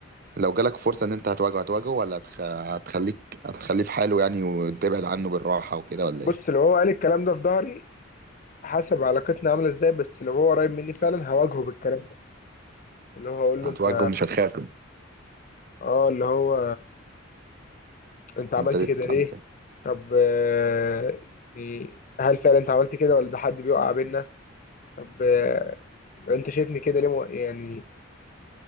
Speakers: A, on the right (about 45°); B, on the left (about 40°).
A: لو جالك فرصه ان انت هتواجهه هتواجهه ولا هتخ... هتخليك هتخليه في حاله يعني وتبعد عنه بالراحه وكده ولا
B: بص
A: ايه
B: لو هو قال الكلام ده في ظهري حسب علاقتنا عامله ازاي بس لو هو قريب مني فعلا هواجهه بالكلام ده واللي هو هقول
A: هتواجهه
B: له انت
A: مش هتخاف يعني.
B: اه اللي هو انت عملت
A: انت ليه
B: كده
A: بتعمل
B: ليه
A: كده
B: طب آه، يعني هل فعلا انت عملت كده ولا ده حد بيقع بينا طب آه، انت شايفني كده ليه مو- يعني